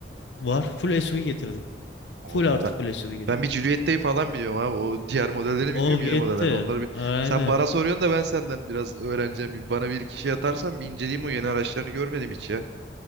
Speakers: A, on the left; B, on the right.
A: var. Full SUV getirdi. Full
B: Vallahi
A: artı
B: ben,
A: full SUV getirdi.
B: ben bir Juliet'teyi falan biliyorum abi. O diğer modelleri
A: O
B: bilmiyorum
A: gitti.
B: yeni modellerini. Onları bir
A: Aynen.
B: sen bana soruyorsun da ben senden biraz öğreneceğim. Bir Bana bir iki şey atarsan bir inceleyeyim o yeni araçlarını görmedim hiç ya.